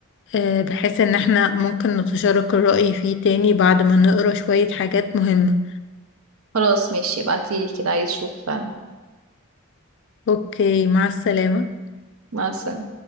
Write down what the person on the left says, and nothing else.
آه بحيث إن احنا ممكن نتشارك الرأي فيه تاني بعد ما نقرأ شوية حاجات مهمة
أوكي مع السلامة